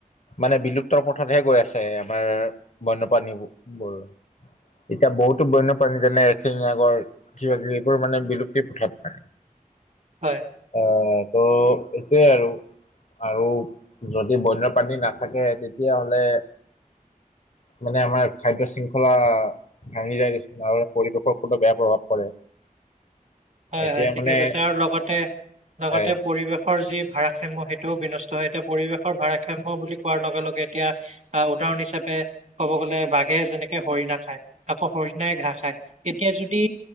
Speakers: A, on the left; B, on the right.
A: মানে বিলুপ্তৰ পথতহে গৈ আছে আমাৰ বন্যপ্ৰাণী বোৰ- এতিয়া বহুতো বন্যপাণী যেনে এচিঙগৰ কিবাকিবি মানে বিলুপ্তিৰ প্ৰথাপ পাই
B: হয়।
A: অ ত সটোৱে আৰু আৰু যদি বন্য পাণী নাথাকে তেতিয়াহলে
B: <unintelligible>
A: মানে আমাৰ খাদ্য শৃংখলা ভাঙি যায় গৈছে নলে পৰিৱেশৰ ওপৰতো বেয়া প্ৰভাৱ পৰে
B: হয়
A: এতিয়া
B: হয় ঠিকে
A: মানে
B: কৈছে আৰু লগতে- লগতে
A: হয়
B: পৰিৱেশৰ যি ভাৰসাম্য সেইটোও বিনষ্ট হৈ এতিয়া পৰিৱেশৰ ভাৰাসাম্য বুলি কোৱাৰ লগে লগে এতিয়া আহ উদাহৰণ হিচাপে ক'ব গ'লে বাঘে- যেনেকে হৰিণা খায় আকৌ হৰিণাই ঘাঁহ খায় তেতিয়া যদি